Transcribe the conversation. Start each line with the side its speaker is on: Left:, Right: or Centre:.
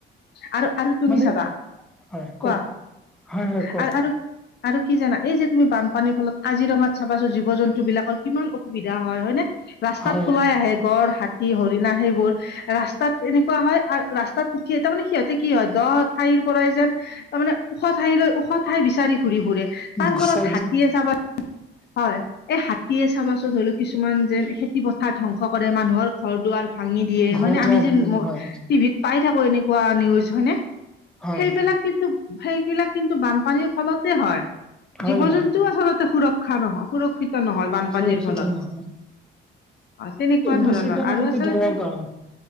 Left: আৰু আৰু তুমি
Centre: মানে
Left: চাবা
Centre: হয় কওক
Left: কোৱা
Centre: হয় হয় কওক?
Left: আৰু আৰু আৰু কি জানা এই যে তুমি বানপানীৰ ফলত কাজিৰঙাত চাবাচো জীৱ -জন্তু, বস্তু বিলাকৰ কিমান অসুবিধা হয় হয়নে! ৰাস্তাত
Centre: হয়
Left: ওলাই আহে গড় হাতী হৰিণা সেইবোৰ, ৰাস্তাত এনেকুৱা হয় ৰাস্তাত উঠি তাৰ মানে সিহঁতে কি হয় 'দ' ঠাইৰ পৰাই যেন, তাৰমানে ওখ ঠাই লৈ ওখ ঠাই বিচাৰি ঘূৰি ফুৰে, তাৰ
Centre: গুচা
Left: ফলত হাতীয়ে চাবা হয়! এই হাতীয়ে চাবাচোন ধৰি লও কিছুমান যেন খেতি প সাৰ ধ্বংস কৰে মানুহৰ ঘৰ দুৱাৰ ভাঙি দিয়ে
Centre: ঘৰ
Left: হয়নে!
Centre: দুৱাৰ
Left: আমি যে,
Centre: ভাঙি হয়
Left: টিভিত পাই থাকো এনেকুৱা নিউজ হয়নে?
Centre: হয়
Left: সেইবিলাক কিন্তু সেইবিলাক কিন্তু বানপানীৰ ফলতে হয়!
Centre: হয়
Left: জীৱ
Centre: হয়
Left: জন্তুও আচলতে সুৰক্ষা নহয় সুৰক্ষিত নহয়! বানপানীৰ
Centre: সুৰক্ষিত
Left: ফলত
Centre: নহয়
Left: হয় তেনেকুৱা ধৰণৰ
Centre: বেছিকে মানে
Left: আৰু আচলতে
Centre: কি ধৰা কাৰণ,